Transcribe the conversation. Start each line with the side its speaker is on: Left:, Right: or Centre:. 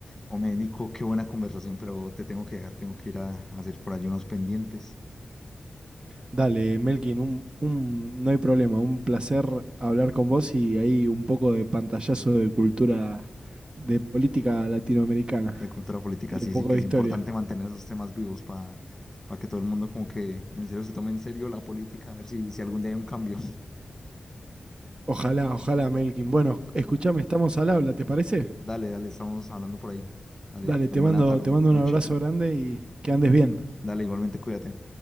Left: Hombre, Nico, qué buena conversación, pero te tengo que dejar, tengo que ir a, a hacer por allí unos pendientes.
Right: Dale, Melkin, un, un- no hay problema, un placer hablar con vos y ahí un poco de pantallazo de cultura, de política latinoamericana
Left: de cultura política,
Right: y
Left: sí,
Right: un poco
Left: sí que
Right: de
Left: es
Right: historia.
Left: importante mantener esos temas vivos para que todo el mundo como que en serio se tome en serio la política, a ver si, si algún día hay un cambio. <laughs>
Right: Ojalá, ojalá, Melkin. Bueno, escuchame,
Left: Ah,
Right: estamos al habla, ¿te parece?
Left: dale, dale, estamos hablando por ahí. Dale,
Right: Dale,
Left: ten
Right: te mando,
Left: buena tarde,
Right: te mando
Left: noche
Right: un abrazo
Left: ya.
Right: grande y que andes bien.
Left: Dale, igualmente cuídate.